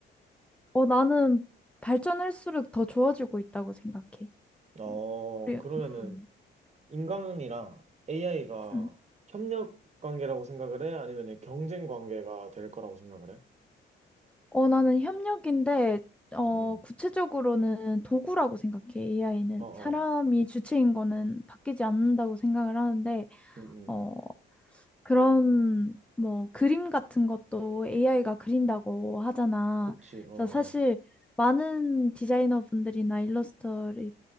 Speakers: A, in the centre; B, on the right.
A: 어, 나는 발전할수록 더 좋아지고 있다고 생각해.
B: 어,
A: 음, 우리, 음,
B: 그러면은 인간이랑 AI가
A: 응.
B: 협력 관계라고 생각을 해? 아니면 경쟁 관계가 될 거라고 생각을 해?
A: 어, 나는 협력인데, 어,
B: 응, 응.
A: 구체적으로는 도구라고 생각해. AI는
B: 어, 어.
A: 사람이 주체인 거는 바뀌지 않는다고 생각을 하는데,
B: 응, 응.
A: 어, 그런 뭐 그림 같은 것도 AI가 그린다고 하잖아.
B: 그치, 어, 어.
A: 그래서 사실 많은 디자이너 분들이나 일러스트레이,